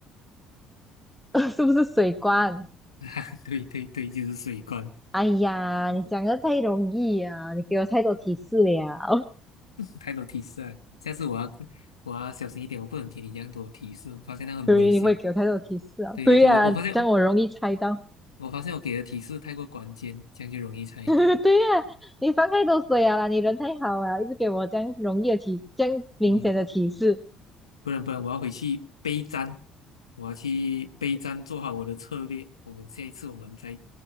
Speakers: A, in the centre; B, on the left.
A: <laughs> 是不是水罐？
B: <laughs> 对对对，就是水罐，
A: 哎呀，你讲的太容易啊！你给我太多提示了。
B: 太多提示了。下次我要我要小心一点，我不能给你这样多提示，我发现那很危险。
A: <laughs> 对，你会给我太多提示啊。
B: 对对对，
A: 对呀、
B: 我我发现
A: 啊这样我容易猜到。
B: 我发现我给的提示太过关键，这样就容易猜到。
A: <laughs> 对呀、啊你放太多水啊啦你人太好了，一直给我这样容易的提，这样明显的提示。
B: 嗯，
A: <laughs>
B: 不然不然，我要回去备战，我要去备战，做好我的策略。我们下一次我们再